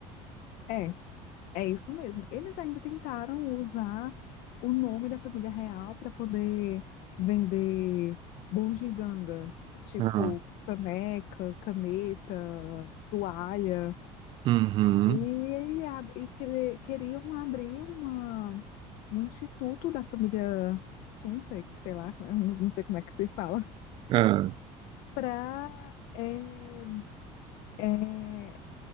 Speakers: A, on the left (about 60°); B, on the right (about 40°).
A: É. É isso mesmo. Eles ainda tentaram usar o nome da família real para poder vender bugiganga, tipo
B: Ah,
A: caneca, caneta, toalha.
B: uhum.
A: E, a- e querer- queriam abrir uma, um instituto da família Sunsex, sei lá, como é- não sei como é que se fala,
B: Ah,
A: para é, é